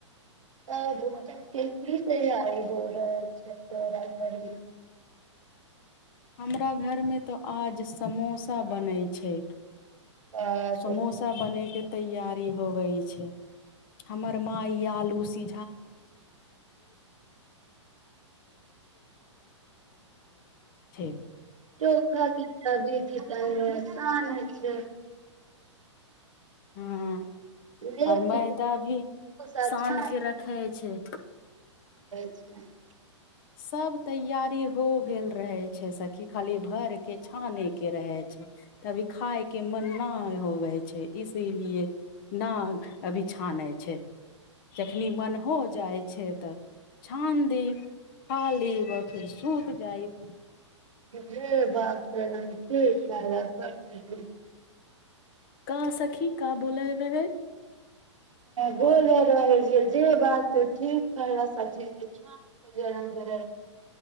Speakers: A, on the right (about 85°); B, on the left (about 45°).
A: तब धुम मचाउ कि कि तैयारी भऽ रहल छै तोरा घरमे
B: हमरा घरमे तऽ आज समोसा बनै छै
A: मे
B: समोसा बने के तैयारी होबै छै हमर माँ ई आलू उसि <unintelligible>
A: <unintelligible> <unintelligible>
B: हँ
A: लेकिन
B: आओर मैदा भी
A: कुछ अच्छा
B: शानके रखै छै
A: <inaudible>
B: सभ तैयारी हो गेल रहै छै सखि खाली भरि कऽ छानयके रहै छै तऽ अभी खायके मन नहि होवै छै इसीलिए न अभी छानै छै जखनि मन हो जाइ छै तऽ छान देब खालीब आ फेर सूत जाइब
A: जे बात करब की करब <unintelligible>
B: का सखी का बोले रहै
A: बोले रहै छै जे बात ठीक कर सखी <unintelligible> तऽ